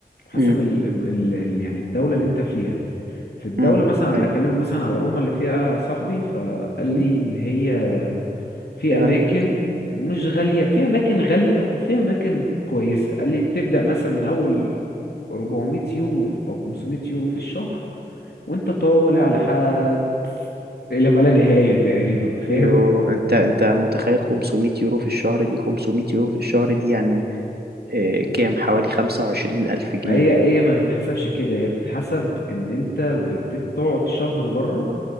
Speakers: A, on the left; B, on the right.
A: حسب
B: أمم،
A: ال... ال... ال- يعني الدوله اللي انت فيها في الدوله
B: أمم،
A: مثلا
B: أيوه
A: اكلمك مثلا على روما اللي فيها صاحبي فقال لي
B: أمم،
A: ان هي في
B: يغلي
A: اماكن
B: أكيد
A: مش غاليه في اماكن غاليه وفي اماكن كويسه قال لي بتبدا مثلا من اول 400 يورو ف- او 500 يورو في الشهر وانت طالع لحد الى ما لا نهايه تقريبا فاهم
B: ايوه انت انت متخيل 500 يورو في الشهر دي 500 يورو في الشهر دي يعني آه، كام حوالي 25000 ألف جنيه
A: ما هي هي ما بتحسبش كده هي بتتحسب ان انت بتقعد شهر بره